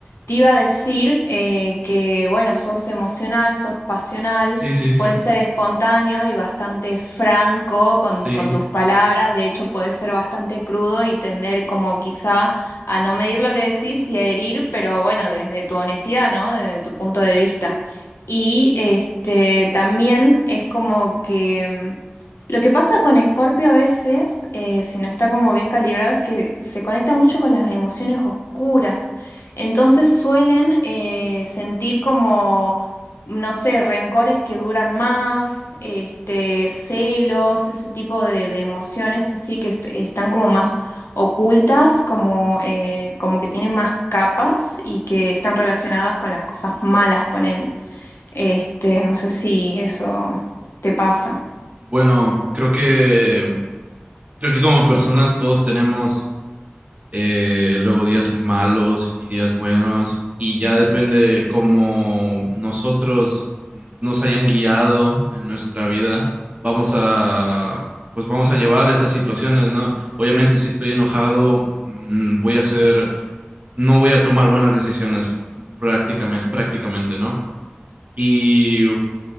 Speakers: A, on the left; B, on the right.
A: Te iba a decir eh, que, bueno, sos emocional, sos pasional,
B: Sí, sí, sí,
A: podés ser espontáneo y bastante franco con,
B: sí.
A: con tus palabras, de hecho podés ser bastante crudo y tender como quizá a no medir lo que decís y a herir, pero bueno, desde tu honestidad, ¿no? Desde tu punto de vista. Y este, también es como que... mm, lo que pasa con Escorpio a veces, eh, si no está como bien calibrado, es que se conecta mucho con las emociones oscuras. Entonces suelen eh, sentir como, no sé, rencores que duran más, este, celos, ese tipo de, de emociones así que est- están como más ocultas, como, eh, como que tienen más capas y que están relacionadas con las cosas malas, ponele. Este, no sé si eso te pasa.
B: Bueno, creo que, creo que como personas todos tenemos eh, luego días malos y días buenos, y ya depende de cómo nosotros nos hayan guiado en nuestra vida, vamos a, pues vamos a llevar esas situaciones, ¿no? Obviamente si estoy enojado, mm, voy a hacer, no voy a tomar buenas decisiones prácticamente, prácticamente, ¿no? Y